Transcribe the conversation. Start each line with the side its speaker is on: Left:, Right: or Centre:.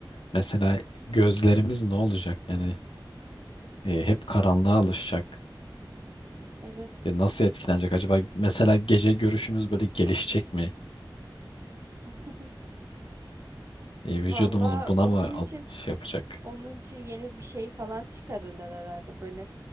Left: mesela gözlerimiz ne olacak yani e, hep karanlığa alışacak.
Right: Evet.
Left: E, nasıl etkilenecek acaba? Mesela gece görüşümüz böyle gelişecek mi?
Right: <laughs>
Left: E, vücudumuz
Right: Valla
Left: buna
Right: onun
Left: mı
Right: için
Left: al- şey yapacak?
Right: onun için yeni bir şey falan çıkarırlar herhalde böyle